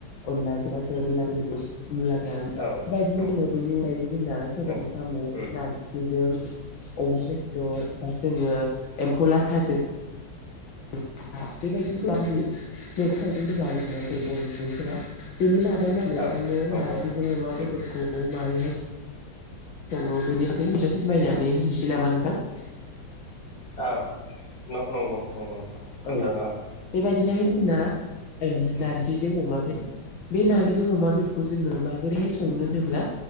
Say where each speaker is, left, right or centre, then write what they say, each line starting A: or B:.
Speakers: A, on the left; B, on the left.
A: अनलाजों जोङो मुला गुन्द्रु मुला गोरान
B: औ
A: बेबायदिनो
B: नंगौ
A: जोङो बेनि अनगायैबो जोंना सबायजों
B: नंगौ
A: साम'
B: उम
A: नारजि जेजों अमा बेदर बा जोङो एम्फौ लाथाजों <unintelligible> मैगं थाइगंखौ जायोमोन आरो ना बर' सुबुंफोरा बेनि मादाव नायो <unintelligible> नोंथांनो
B: औ नंगौ
A: नारजिजों
B: नोंथां
A: अमा
B: उम
A: बेदरखौ मारैहाय सङो बेनि थाखाय एसे फोरमायनानै होनोसै नामा नोंथां
B: औ नंगौ नंगौ खोन्थानो
A: औ
B: हागोन
A: बेबायदिनोहाय जोंना ओ
B: उम
A: नारजि जों अमा बेदर बे नारजिजों अमा बेदरखौ जोङो माबोरैहाय सङो होनोब्ला